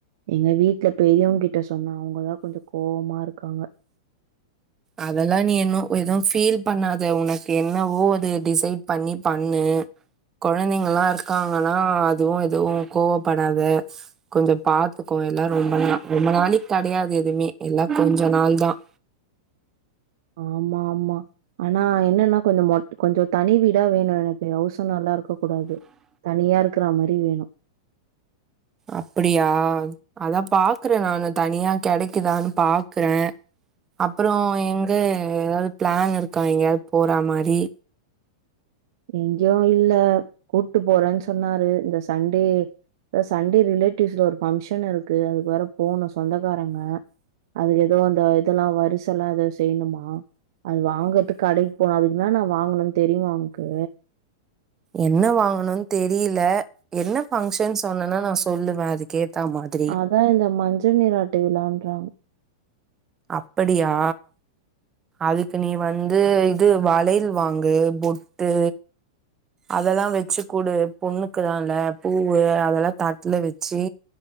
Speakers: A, on the right; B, on the right.
A: எங்க வீட்ல பெரியவுங்க கிட்ட சொன்ன அவுங்கதா கொஞ்சோ கோவமா இருக்காங்க
B: அதெல்லா நீ இன்னோ எதுவு ஃபீல் பண்ணாத உனக்கு என்னவோ அது டிசைட் பண்ணி பண்ணு கொழந்தைங்கலா இருக்காங்கனா அதுவு எதுவு கோவப்படாத கொஞ்சோ பாத்துக்கோ எல்லாம் ரொம்ப நா ரொம்ப நாளைக் கெடையாது எதுவுமே எல்லாம் கொஞ்ச நாள் தான்
A: ஆமா ஆமா ஆனா என்னன்னா கொஞ்சோ மொட் கொஞ்சோ தனி வீடா வேணும் எனக் எனக்கு ஹவுஸ் ஓனர்லா இருக்க கூடாது தனியா இருக்கிற மாரி வேணும்
B: அப்படியா அதான் பாக்குறேன் நானு தனியா கெடைக்கிதான்னு பாக்குறேன் அப்புறோ எங்க ஏதாவது பிளான் இருக்கா எங்கேயாவது போற மாரி
A: எங்கேயும் இல்ல கூட்டு போறேன்னு சொன்னாரு இந்த சண்டே இந்த சண்டே ரிலேட்டிவ்ஸ்ல ஒரு ஃபங்க்ஷன் இருக்கு அதுக்கு வேற போணும் சொந்தக்காரங்க அதுல ஏதோ அந்த இதெல்லாம் வரிச எல்லாம் ஏதோ செய்ணுமா அது வாங்கறதுக்கு கடைக்கு போகணும் அதுக்கு என்னான்னா வாங்கணும்னு தெரியுமா ஒனக்கு
B: என்ன வாங்கணுன்னு தெரில என்ன ஃபங்க்ஷன் சொன்னனா நான் சொல்லுவேன் அதுக்கு ஏத்த மாதிரி
A: அதான் இந்த மஞ்சள் நீராட்டு விழான்றாங்க
B: அப்படியா அதுக்கு நீ வந்து இது வளையல் வாங்கு பொட்டு அதெல்லாம் வெச்சு குடு பொண்ணுக்குதான் இல்ல பூவு அதெல்லாம் தட்டுல வெச்சி